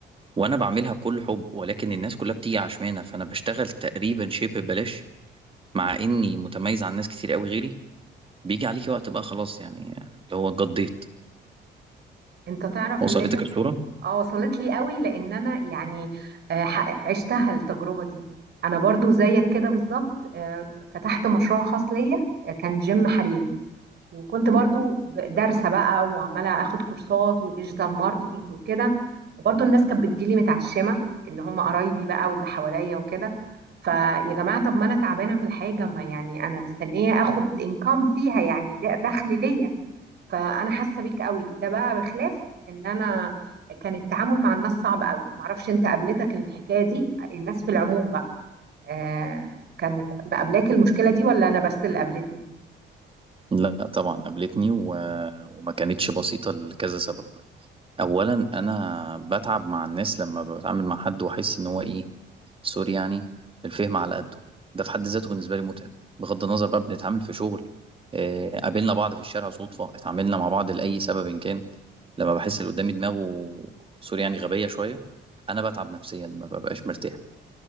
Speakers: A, on the right (about 25°); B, on the right (about 55°).
A: وانا بعملها بكل حب ولكن الناس كلها بتيجي عشمانه فانا بشتغل تقريبا شبه ببلاش مع اني متميز عن ناس كتير قوي غيري بيجي عليكي وقت بقى خلاص يعني اللي هو اتقضيت
B: انت تعرف
A: وصلتك
B: اللي انت بتقول
A: الصوره
B: اه وصلت لي قوي لان انا يعني آه، ح- عشتها التجربة دي انا برضو زيك كده بالظبط آه، فتحت مشروع خاص ليا آه، كان جيم حريمي وكنت برضو ب- دارسة بقى وعمالة اخد كورسات وديجيتال ماركتينج وكده وبرضو الناس كانت بتجيلي متعشمة اللي هم قرايبي بقى واللي حواليا وكده فيا جماعة طب ما انا تعبانة في الحاجة ما يعني انا مستنية اخد انكم فيها يعني ده دخل ليا فانا حاسة بيك قوي ده بقى بخلاف ان انا كان التعامل مع الناس صعب قوي معرفش انت قابلتك الحكاية دي الناس في العموم بقى آه كانت مقابلاك المشكلة دي ولا انا بس اللي قابلتني
A: لا طبعا قابلتني و... وما كانتش بسيطة لكذا سبب أولا أنا بتعب مع الناس لما بتعامل مع حد وأحس إن هو إيه سوري يعني الفهم على قده ده في حد ذاته بالنسبة لي متعب بغض النظر بقى بنتعامل في شغل آه، قابلنا بعض في الشارع صدفة اتعاملنا مع بعض لأي سبب إن كان لما بحس اللي قدامي دماغه سوري يعني غبية شوية أنا بتعب نفسيا ما ببقاش مرتاح